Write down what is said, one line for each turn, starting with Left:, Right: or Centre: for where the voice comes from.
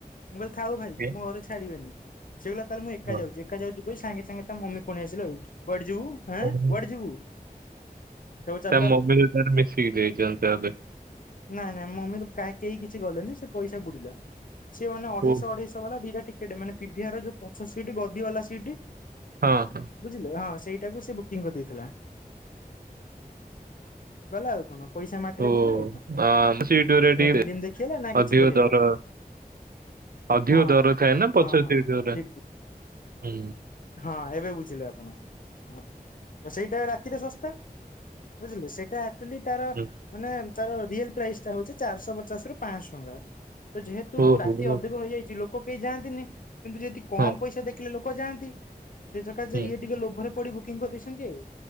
Left: ମୁଁ କହିଲି ଥାଉ ଭାଇ
Right: ଏ
Left: ମୁଁ ଘରେ ଛାଡ଼ିବେନି। ସେ କହିଲା ତା ବୋଲି ମୁଁ ଏକା
Right: ହଁ
Left: ଯାଉଛି। ଏକା ଯାଉଛି କହି ସାଙ୍ଗେ ସାଙ୍ଗେ ତା ମମି ପଳେଇ ଆସିଲେ ଆଉ। କୁଆଡେ ଯିବୁ ହେ
Right: ଓହୋ।
Left: କୁଆଡେ ଯିବୁ? ତାପରେ ଚାଲିଲା
Right: ତା ମମିର
Left: ଆଉ
Right: ତାର ମିଶିକି ଯାଇଛନ୍ତି ତାହେଲେ।
Left: ନାଇଁ ନାଇ ମମି ର କାଇ କେହି କିଛି ଗଲେନି ସେ ପଇସା ବୁଡିଲା। ସିଏ ମାନେ ଅଢେଇଶହ
Right: ଓହୋ
Left: ଅଢେଇଶହ ବାଲା ଦିଟା ଟିକେଟ ମାନେ ପିଭିଆର ଯୋଉ ପଛ ସିଟ୍ ଗଦି ବାଲା ସିଟି
Right: ହଁ ହଁ
Left: ବୁଝିଲେ ହଁ ସେଇଟାକୁ ସେ ବୁକିଙ୍ଗ କରିଦେଇଥିଲା। ଗଲା ଆଉ କଣ। ପଇସା ମାଟିରେ
Right: ଓ
Left: ବୁଡିଲା ଆଉ କଣ।
Right: ଆ ସିଟ ଗୁରା ଟିକେ
Left: ନା ଫିଲ୍ମ ଦେଖି ହେଲା ନା କିଛି
Right: ଅଧିକ
Left: କରିହେଲା।
Right: ଦର ଅଧିକ
Left: ହଁ
Right: ଦର ଥାଏ ନା
Left: ହଁ
Right: ପଛ
Left: ହଁ
Right: ସିଟ ଗୁରା
Left: ହଁ ଠିକ।
Right: ହୁଁ
Left: ହଁ ଏବେ ବୁଝିଲେ ଆପଣ। ହ ସେଇଟା ରାତିରେ ଶସ୍ତା। ବୁଝିଲେ ସେଟା ଆକ୍ଚୁଲି ତାର
Right: ହୁଁ
Left: ମାନେ ତାର ରିଏଲ ପ୍ରାଇସ୍ ଟା ହଉଛି ଚାରିଶହ ପଚାଶ ରୁ ପାଆଶହ ଟଙ୍କା। ତ ଯେହେତୁ
Right: ଓହୋ
Left: ରାତି ଅଧିକ ହେଇଯାଇଛି ଲୋକ କେହି ଯାଆନ୍ତିନି। କିନ୍ତୁ ଯଦି କମ
Right: ହଁ
Left: ପଇସା ଦେଖିଲୋକ୍ ଲୋକ ଯାଆନ୍ତି। ସେ ସକାଶେ
Right: ହୁଁ
Left: ଇଏ ଟିକେ ଲୋଭରେ ପଡି ବୁକିଂ କରିଦେଇଛନ୍ତି ଆଉ,